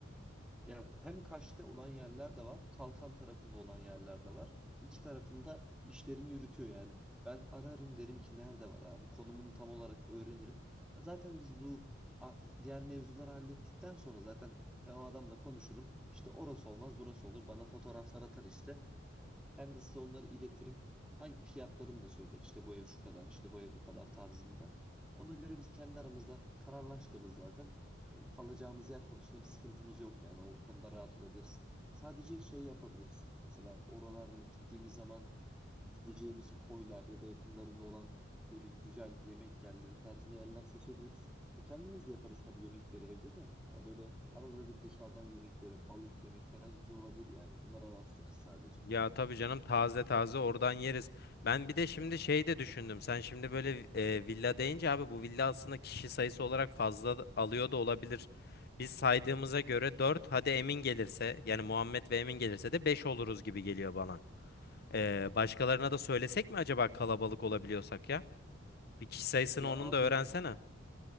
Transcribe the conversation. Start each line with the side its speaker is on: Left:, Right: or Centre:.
Centre: Ya hem Kaş'ta olan yerler de var, Kalkan tarafında olan yerler de var. İki tarafında işlerini yürütüyor yani. Ben ararım derim ki nerede var abi? Konumunu tam olarak öğrenirim. Zaten biz bu af- diğer mevzuları hallettikten sonra zaten ben o adamla konuşurum. İşte orası olmaz, burası olur. Bana fotoğraflar atar işte. Ben de size onları iletirim. Hangi fiyatlarını da söyler. İşte bu ev şu kadar, işte bu ev bu kadar tarzında. Ona göre biz kendi aramızda kararlaştırırız zaten. Kalacağımız yer konusunda bir sıkıntımız yok yani. O konuda rahat olabilirsin. Sadece şey yapabiliriz. Mesela oralarda gittiğimiz zaman gideceğimiz koylar ya da yakınlarında olan böyle güzel yemek yerleri tarzında yerler seçebiliriz. E kendimiz de yaparız tabii yemekleri evde de. Ya böyle arada bir dışarıdan yemek böyle balık yemek falan güzel olabilir yani. Bunları araştırırız sadece.
Left: Ya tabii canım taze taze oradan yeriz. Ben bir de şimdi şey de düşündüm. Sen şimdi böyle e, villa deyince abi bu villa aslında kişi sayısı olarak fazla da- alıyor da olabilir. Biz saydığımıza göre dört hadi Emin gelirse yani Muhammed ve Emin gelirse de 5 oluruz gibi geliyor bana. E, başkalarına da söylesek mi acaba kalabalık olabiliyorsak ya? Bir kişi sayısını
Centre: Ya
Left: onun
Centre: abi
Left: da öğrensene.